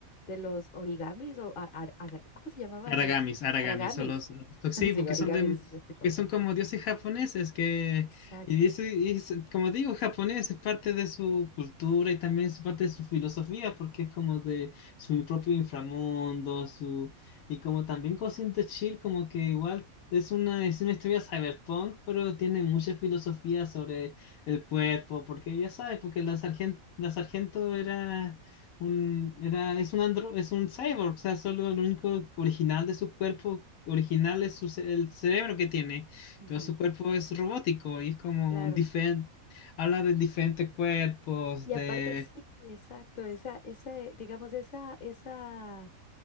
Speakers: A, on the left; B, on the left.
A: de los origamis o a- ar- aga- ¿cómo se llamaban
B: Aragamis,
A: los?
B: Aragamis,
A: Aragamis.
B: son los, los-
A: <laughs>
B: sí,
A: Sí,
B: porque
A: origamis
B: son de,
A: es el papel.
B: que son como dioses japoneses que
A: Exacto.
B: y eso y eso- como digo, japonés es parte de su cultura y también es parte de su filosofía porque es como de su propio inframundo, su y como también Ghost de Chill como que igual es una es una historia cyberpunk, pero tiene mucha filosofía sobre el cuerpo, porque ya sabes, porque la sargento la sargento era un, era, es un andro, es un cyborg, o sea, solo lo único original de su cuerpo original es su ce- el cerebro que tiene,
A: Ujú,
B: pero su cuerpo es robótico y es como
A: claro.
B: un diferente, habla de diferentes cuerpos,
A: Y
B: de,
A: aparte, sí, exacto, esa, esa, eh, digamos, esa, esa.